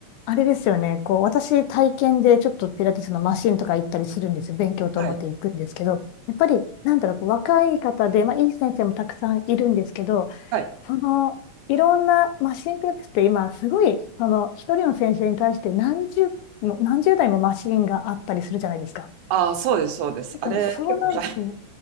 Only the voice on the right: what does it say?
はい。
はい。
ああ、そうです、そうです。
あれ、
結構大、